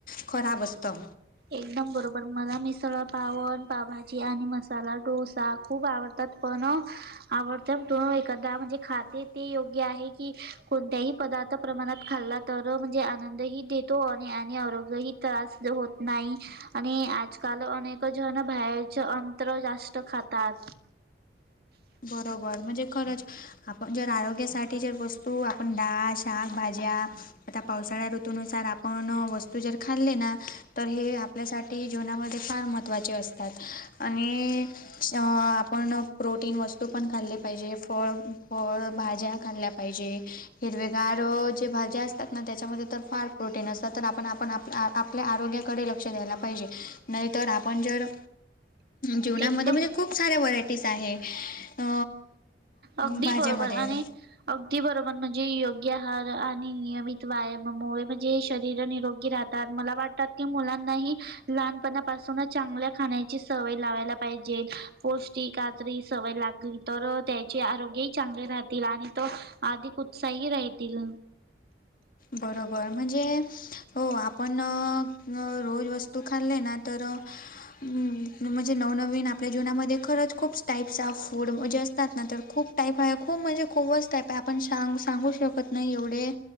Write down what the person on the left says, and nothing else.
खराब असतं.
बरोबर! म्हणजे खरंच. आपण जर आरोग्यासाठी जर वस्तू आपण डाळ, शाक, भाज्या आता पावसाळ्या ऋतूननुसार आपण वस्तू जर खाल्ले ना तर हे आपल्यासाठी जीवनामध्ये फार महत्त्वाचे असतात आणि श आपण प्रोटीन वस्तू पण खाल्ली पाहिजे, फळ- फळ भाज्या खाल्ल्या पाहिजे. हिरवेगार जे भाज्या असतात ना त्याच्यामध्ये तर फार प्रोटीन असतात, तर आपण- आप आपल्या आरोग्याकडे लक्ष द्यायला पाहिजे. नाहीतर आपण जर जेवणामध्ये
म्हणजे खूप साऱ्या व्हरायटीज आहे. अ
भाज्यामध्ये
बरोबर म्हणजे! हो आपण रोज वस्तू खाल्ले ना तर हम, म्हणजे नवनवीन आपल्या जीवनामध्ये खरंच खूप टाईप्स ऑफ फूड म्हणजे असतात ना तर खूप टाईप आहे खूप म्हणजे खूच टाईप आहे आपणां सांगू शकत नाही एवढे.